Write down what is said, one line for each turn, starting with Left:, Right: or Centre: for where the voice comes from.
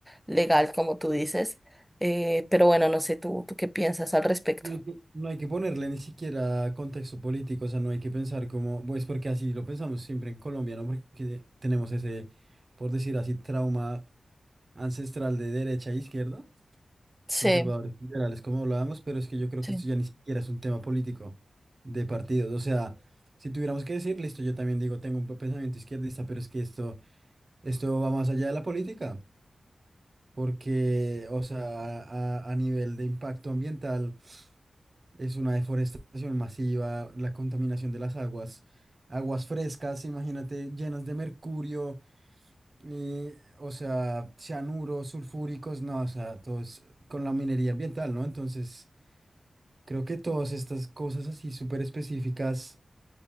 Centre: legal, como tú dices. Eh, pero bueno, no sé, tú, tú qué piensas al respecto.
Right: No hay que, no hay que ponerle ni siquiera contexto político, o sea, no hay que pensar como, pues porque así lo pensamos siempre en Colombia, ¿no? Porque tenemos ese, por decir así, trauma ancestral de derecha e izquierda.
Centre: Sí,
Right: Conservadores y liberales, como hablábamos, pero es que yo creo
Centre: sí.
Right: que esto ya ni siquiera es un tema político de partidos. O sea, si tuviéramos que decir, listo, yo también digo, tengo un pensamiento izquierdista, pero es que esto, esto va más allá de la política, porque, o sea, a, a nivel de impacto ambiental, es una deforestación masiva, la contaminación de las aguas, aguas frescas, imagínate, llenas de mercurio, eh, o sea, cianuros, sulfúricos, no, o sea, todo es con la minería ambiental, ¿no? Entonces... Creo que todas estas cosas así súper específicas